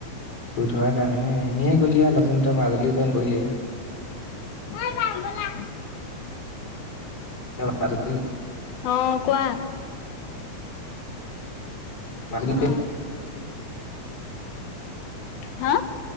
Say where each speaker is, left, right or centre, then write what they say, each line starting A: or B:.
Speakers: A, on the left; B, on the left.
A: শুই থোৱাৰ কাৰণে নে এনেই গ'ল নতন ত মাজুলী ত নৰিলেই <unintelligible>
B: নাই যাম বলা
A: তই মাজুলী
B: অ কোৱা
A: মাজত
B: অ হা